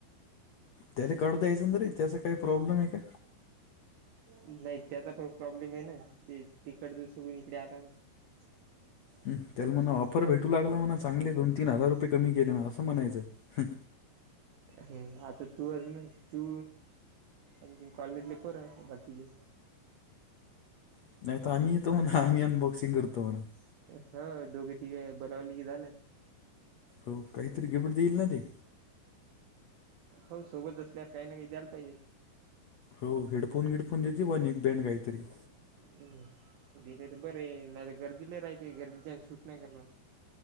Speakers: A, on the left; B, on the right.
A: त्याला काढू द्यायच ना त त्याचा काही प्रॉब्लेम आहे का
B: नाही त्याचा पण प्रॉब्लेम आहे ना ते तिकडच सोडून इकडे आला ना <unintelligible>
A: ह त्याला म्हणा ऑफर भेटू लागला म्हणा, चांगले दोन तीन हजार रुपये कमी केले, म्हणा असं म्हणायचं.
B: हम् आता तू <inaudible> तू. आणखी कॉलनीतले पोर आहे बाकीचे.
A: <inaudible>
B: हो दोघे तिघे बनवली की झालं.
A: हो काहीतरी <inaudible> देईल ना ते.
B: हो सोबत असल्यावर काही ना काही द्यायला पाहिजेत.
A: हो हेडफोन गिडफोन देते बुवा न एक पेन काहीतरी.
B: हम दिले तर बरे नाही गर्दीले राहते गर्दीच्या शूट नाही करण